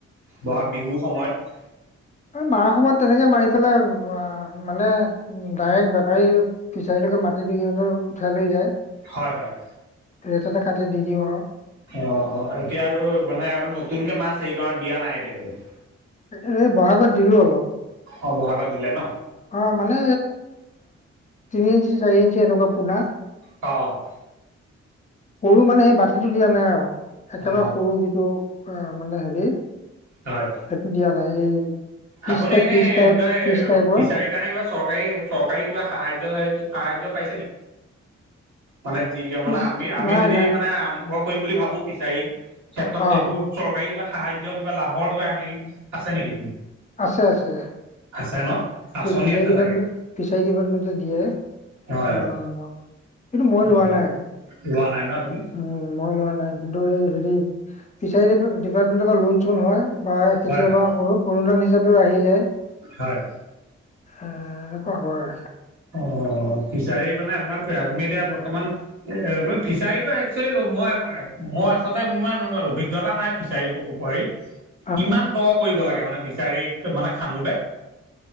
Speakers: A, on the right; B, on the left.
A: বহাগ
B: অ
A: বিহুৰ সময়ত
B: এই মাৰা সময়ত তেনেকে মাৰি পেলাই আ মানে ডাইৰেক বেপাৰী ফিচাৰীলৈকে মাটিটো সিহঁতে উঠাই লৈ যায়।
A: হয় হয়।
B: ৰেটতে কাটি দি দিওঁ আৰু।
A: অ এতিয়া আৰু মানে আৰু নতুনকে মাছ হেৰি কৰা দিয়া নাই এতিয়ালৈকে।
B: এ বহাগত দিলো অলপ।
A: অ', বহাগত দিলে ন।
B: অ', মানে তিনি ইঞ্চি চাৰি ইঞ্চি এনেকুৱা পোনা।
A: অ'।
B: সৰু মানে সেই বাতিটো দিয়া নাই আৰু একেবাৰে
A: অ
B: সৰু যিটো অ', মানে হেৰি
A: হয়।
B: সেইটো দিয়া নাই এই পিচ
A: আপুনি
B: টাইপ
A: এনেই
B: পিচ টাইপ
A: কি কয়
B: পিচ টাইপৰ
A: ফিচাৰী <unintelligible> কাৰণে কিবা চৰকাৰী- চৰকাৰী কিবা সাহায্য-সাহায্য পাইছে নেকি, মানে যি
B: পিচ
A: মানে আমি আমি
B: নাই
A: যদি
B: নাই
A: মানে আৰম্ভ কৰিম বুলি ভাবো ফিচাৰি, ক্ষেত্ৰত
B: অ
A: সেইবোৰ চৰকাৰী কিবা সাহায্য কিবা লাভৰ কিবা হেৰি আছে নেকি।
B: আছে-আছে।
A: আছে ন। আঁচনি
B: ফিছাৰী
A: আছে
B: ডিপাৰ্টমেণ্ট,
A: চাগে
B: ফিচাৰী ডিপাৰ্টমেণ্টত দিয়ে,
A: হয় হয়
B: অ' কিন্তু মই লোৱা
A: অ
B: নাই,
A: লোৱা নাই ন আপুনি
B: উম। মই লোৱা নাই, কিন্তু এই হেৰি ফিচাৰী দিপাৰ্তমেণ্টৰ পৰা লোন চোন হয় বা
A: হয়
B: কেতিয়াবা
A: হয়
B: অৰু অনুদান হিচাপেও আহি যায়।
A: হয়।
B: এ এনেকুৱা হয়।
A: অ', ফিচাৰী মানে আপোনাৰ, আপুনি এতিয়া বৰ্তমান এ ফিচাৰীটো একচুৱেলি মই-মই আচলতে ইমান অভিজ্ঞতা নাই, ফিচাৰী উপৰ হেৰি।
B: <inaudible>
A: কিমান দ কৰিব লাগে মানে ফিচাৰী মানে খান্দোতে।